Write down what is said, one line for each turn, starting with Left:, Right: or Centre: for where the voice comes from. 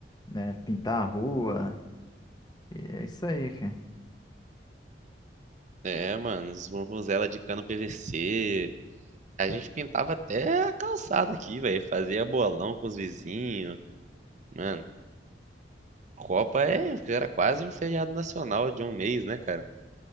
Left: né? Pintar a rua. E é isso aí, cara.
Right: É, mano, os vuvuzela de cano PVC. A gente pintava até a calçada aqui, velho. Fazia bolão com os vizinhos. Mano, Copa é, era quase um feriado nacional de um mês, né, cara?